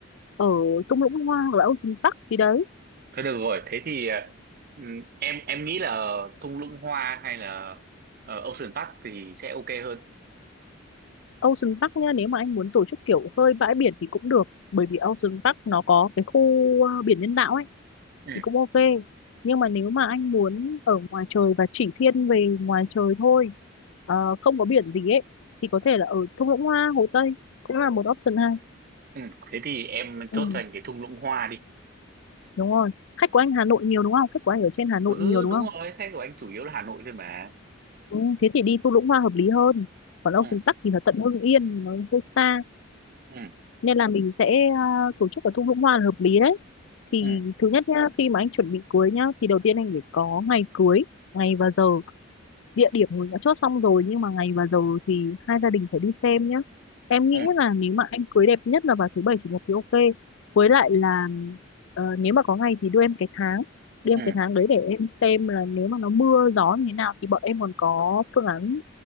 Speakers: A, on the left; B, on the right.
A: ở thung lũng hoa hoặc là Ocean Park gì đấy
B: thôi được rồi thế thì ờ, ừ, em em nghĩ là thung lũng hoa hay là ờ, Ocean Park thì sẽ ok hơn
A: Ocean Park nha nếu mà anh muốn tổ chức kiểu hơi bãi biển thì cũng được bởi vì Ocean Park nó có cái khu ờ, biển nhân tạo ấy
B: ừ
A: thì cũng ok nhưng mà nếu mà anh muốn ở ngoài trời và chỉ thiên về ngoài trời thôi ờ, không có biển gì ấy thì có thể là ở thung lũng hoa Hồ Tây cũng là một option hay
B: ừ thế thì em
A: ừ,
B: chốt dành cái thung lũng hoa đi
A: đúng rồi khách của anh Hà Nội nhiều đúng không khách của anh ở trên Hà Nội
B: ừ
A: nhiều đúng
B: đúng
A: không
B: rồi thế của anh chủ yếu là Hà Nội thôi mà
A: ừ, thế thì đi thung lũng hoa hợp lý hơn còn Ocean
B: ừ
A: Park thì là tận Hưng Yên nó hơi xa
B: ừ
A: nên là mình sẽ à, tổ chức ở thung lũng hoa là hợp lý đấy thì
B: ừ
A: thứ nhất nhá khi mà anh chuẩn bị cưới nhá thì đầu tiên anh phải có ngày cưới ngày và giờ địa điểm mình đã chốt xong rồi nhưng mà ngày và giờ thì hai gia đình phải đi xem nhá em nghĩ
B: ừ
A: là nếu mà anh cưới đẹp nhất là vào thứ bảy chủ nhật thì ok với lại là ờ, nếu mà có ngày thì đưa em cái tháng đưa em
B: ừ
A: cái tháng đấy để em xem là nếu mà nó mưa gió như thế nào thì bọn em còn có phương án